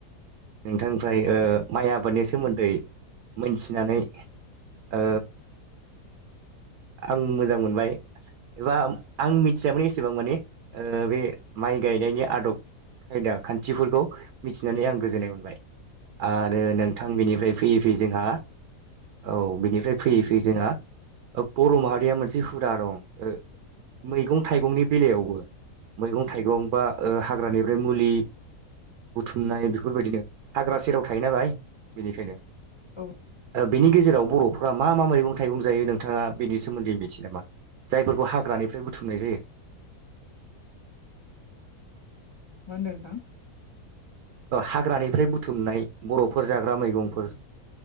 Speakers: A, on the right (about 70°); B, on the left (about 30°).
A: नोंथांनिफ्राय माइ आबादनि सोमोन्दै मिथिनानै ओ आं मोजां मोनबाय एबा आं मिथियामोन एसेबां माने बे माइ गायनायनि आदब खायदा खान्थिफोरखौ मिथिनानै आं गोजोननाय मोनबाय आरो नोंथां बिनिफ्राय फैयै फै जोंहा औ बिनिफ्राय फैयै फै जोंहा बर' माहारिया मोनसे हुदा दं मैगं थाइगंनि बेलायावबो मैगं
B: औ
A: थाइगं
B: नोंथां औ
A: बा हाग्रानिफ्राय मुलि बुथुमनाय बेफोरबायदिनो हाग्रा सेराव थायो नालाय बेनिखायनो
B: औ
A: बिनि गेजेराव बर'फोरा मा मा मैगं थाइगं जायो नों नोंथाङा बेनि सोमोन्दै मिथियो नामा जायफोरखौ हाग्रानिफ्राय बुथुमनाय जायो
B: मा होन्दो नोंथां
A: हाग्रानिफ्राय बुथुमनाय बर'फोर जाग्रा मैगंफोर